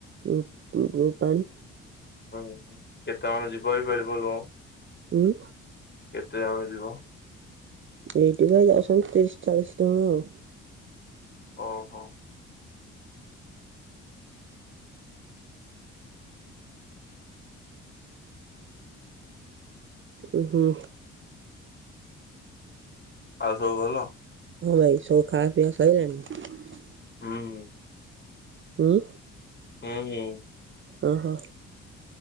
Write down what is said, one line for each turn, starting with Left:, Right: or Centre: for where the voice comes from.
Right: ଉଁ ପାଣି
Left: ଉଁ ହୁଁ କେତେବେଳେ ଯିବ ଭାଇ ଵୋଲବମ?
Right: ଉଁ
Left: କେତେ ଜଣ ଯିବ?
Right: ଏଇଟି ଭାଇ ଯାଉଛନ୍ତି ତିରିଶ ଚାଳିଶ ଜଣ ଆଉ
Left: ଓହୋ।
Right: ଉଁ ହୁଁ।
Left: ଆଉ ସବୁ ଭଲ?
Right: ହଁ ଭାଇ ସବୁ ଖାଆ ପିଆ ସରିଲାଣି
Left: ହୁଁ।
Right: ଉଁ।
Left: ହୁଁ ହୁଁ।
Right: ଓ ହୋ।